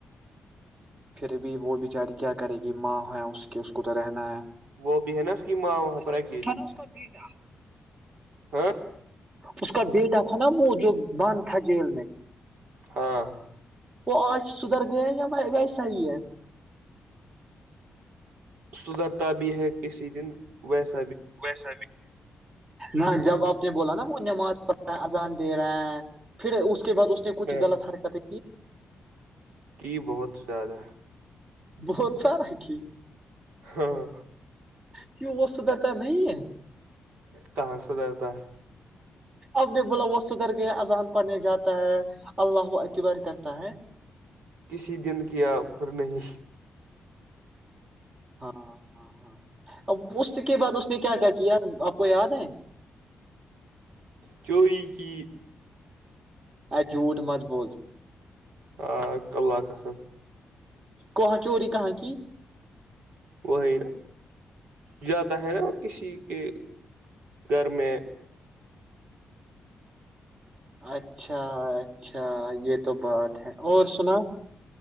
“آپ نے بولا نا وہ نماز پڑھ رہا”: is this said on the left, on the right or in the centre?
Right